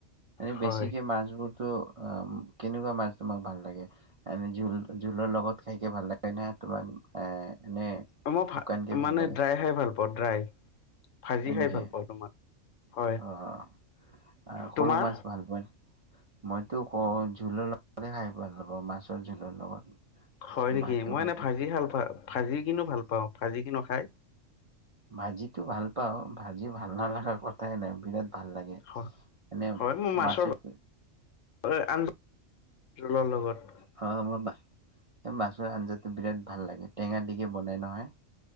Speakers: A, on the right; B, on the left.
A: এনে
B: হয়
A: বেছিকে মাছ বোৰতো অ' কেনেকুৱা মাছ তোমাক! ভাল লাগে আমি জোল জোলৰ লগত খাইকে ভাল লাগে ন তোমাক এ এনে
B: অ' মই
A: শুকানকে
B: ফ্ৰা
A: ভাল
B: মানে
A: লাগে
B: ড্ৰাই খাই ভাল পাওঁ। অ' ড্ৰাই। ভাজি
A: হয়
B: খাই
A: নেকি?
B: ভাল পাওঁ তোমাৰ হয়
A: অহ' অহ'
B: তোমাৰ
A: সৰু মাছ ভাল পোৱা মইতো কওঁ। জোলৰ লগতে খাই ভাল <unintelligible> জোলৰ লগত
B: হয় নেকি।
A: ভাতটো
B: মই
A: খাইকে
B: এনেই ভাজি ভালপাওঁ। ভাজি কিনো ভাল পাওঁ। ভাজি কিনো খাই
A: ভাজিতো ভাল পাওঁ। আজিও ভাল নালাগা কথাই নাই, বিৰাট ভাল লাগে।
B: হয়
A: এনে
B: মোৰ মাছৰ
A: মাছত
B: হয়, আঞ্জা, জোলৰ লগত।
A: খা খবৰ না এই মাছৰ আঞ্জাটো বিৰাট ভাল লাগে। টেঙা দিকে বনাই নহয়।